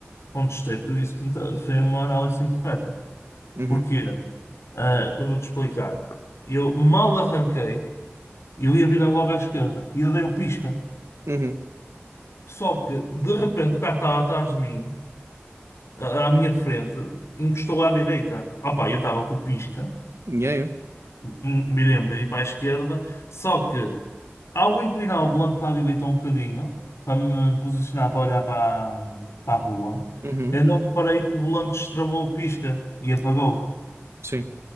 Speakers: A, on the left; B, on the right.
A: Contestei porque eu disse que não ta- foi uma análise incorreta.
B: uhum,
A: Porquê? Ah, eu vou-te explicar. Eu mal arranquei, eu ia virar logo à esquerda e eu dei o pisca.
B: uhum,
A: Só que, de repente, o carro estava atrás de mim, à à minha frente, encostou à direita. Opa, eu estava com o pisca,
B: yeah, yeah,
A: m- virei um bocadinho para a esquerda, só que, ao inclinar o volante para a direita um bocadinho, para me posicionar para olhar para, a- para a rua,
B: uhum,
A: eu não reparei que o volante destravou o pisca e apagou.
B: sim,